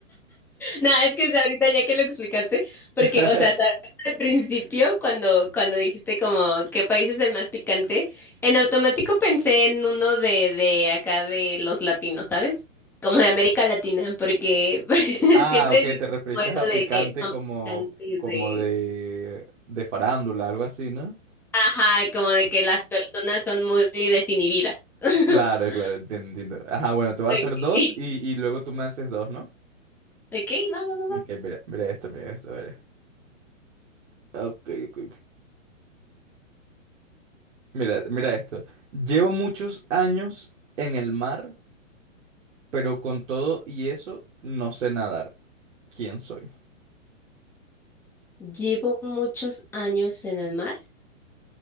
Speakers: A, in the centre; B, on the right.
A: No, es que ahorita ya que lo explicaste, porque,
B: <laughs>
A: o sea, tal- al principio, cuando, cuando dijiste como qué país es el más picante, en automático pensé en uno de, de acá de los latinos, ¿sabes? Como de América Latina, porque <laughs>
B: Ah,
A: siempre
B: ok,
A: dicen
B: te referiste
A: como eso
B: a
A: de
B: picante
A: que son
B: como,
A: picantes
B: como
A: de...
B: de, de farándula, algo así, ¿no?
A: Ajá, como de que las personas son muy desinhibidas. <laughs>
B: Claro, claro, entiendo, entiendo. Ajá, bueno, te voy
A: Okay.
B: a hacer dos y, y luego tú me haces dos, ¿no?
A: Ok, va, va, va,
B: Ok,
A: va.
B: mira, mira esto, mira esto, a ver. Ok, ok. Mira, mira esto. Llevo muchos años en el mar, pero con todo y eso no sé nadar. ¿Quién soy?
A: Llevo muchos años en el mar,